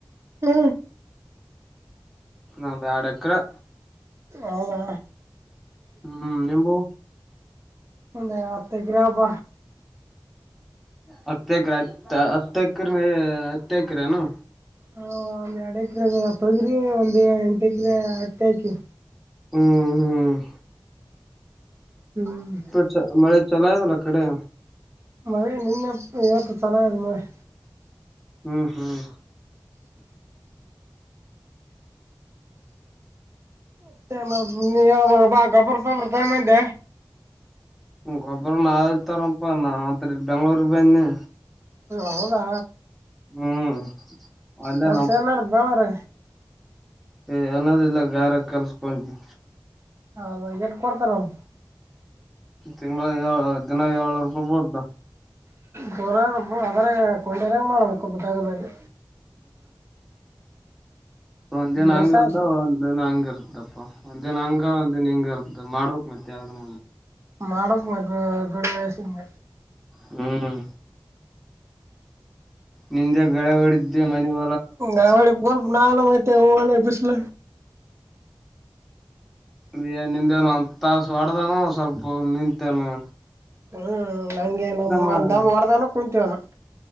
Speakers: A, on the right; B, in the centre.
A: ಹ್ಮ
B: ಒಂದ್ ಎರಡ್ ಎಕ್ರೆ
A: ಹೌದಾ
B: ಹ್ಮ್ ನಿಮ್ದು
A: ನಮ್ದ ಹತ್ ಎಕರೆ ಅಪ್ಪ
B: ಹತ್ತು ಎಕರೆ ಹತ್ ಹತ್ತ ಎಕರೆ ಹತ್ತು ಎಕರೆನು
A: ಹ ಒ ಎಡಕಿರ ತೊಗರಿ ಒಂದ ಎಂಟಕ್ರ ಹತ್ತಿ ಅಕಿವಿ
B: ಹ್ಮ್ ಹ್ಮ್
A: ಹ್ಮ್
B: <unintelligible> ಚಲೋಅದೇ ಅ ಕಡೆ
A: ಮಳೆ ನಿನ್ನೆ ಇವತ್ತು ಚಲೋ ಮಳೆ
B: ಹ್ಮ್ ಹ್ಮ್
A: <unintelligible> ಗಬರಬ ರಿಟೆಡ್ಮೆಂಟ್
B: ಗೊಬ್ಬರ ನಾವಲೇ ತಾರಪ್ಪ ನಾತ್ರ ಬೆಂಗಳೂರ್ ಬನ್ನಿ
A: ಹ ಹೌದಾ
B: ಹ್ಮ್ ಅಲ್ಲೇ
A: ಕೆಲ್ಸ ಎಲ್ಲಡ್ದ್ ನ್ರ
B: ಏ ಅನ್ನೋದಿಲ್ಲ ಗಾರ ಕಲ್ಸ್ಕೊಂಡ್ವಿ
A: ಹದ ಎಷ್ಟು ಕೊಡ್ತಾರ ಅವನು
B: ತಿಂಗಳ ದಿನ ಏಳ ರೂಪಾಯಿ ಬಹ್ದ
A: ಗೌರಿ ಹಬ್ಬಗಳ ಅದರ ಕೊಂಡೆನಾಗ ಮಾಡಬೇಕಬ್ಬಡಗರೆ
B: ಒಂದ್ನ್
A: ಬಿರ್ಸಾದ್ದು
B: ಹಂಗ ಇರ್ದ ಒಂದನ್ ಹಂಗ ಇರ್ದಪ್ಪ ಒಂದನ ಹಂಗ ಒಂದೇನ್ ಹಿಂಗ ಇರ್ದು ಮಾಡ ಬೇಕು ಮತ್ತೆ ಯಾವ
A: ಮಾಡಕ್ ಮೇ ಬಿಡೋ ವಯಸಿನ ಮ
B: ಹ್ಮ್ ನಿಂದೆ ಬೇಳೆ ಹೊಡಿದ್ದೆ ಮನವ
A: ನಾವಡಿ ಬಲ್ ನವಲಿ ಹೋಯಿತೀವಿ ಬಿಸಲ
B: ಅ ನಿಂದೆನು ಅಂತಸ ಹೊಡ್ದಾನ ಸ್ವಲ್ಪ ನಿಂತೇನು
A: ಹ್ಮ್ ನಂಗೆ ನ
B: ಮಾಡವನು
A: ಒಂದ ದಮ್ಮ್ ಹೊಡದವನ ಕುಂತವಾನ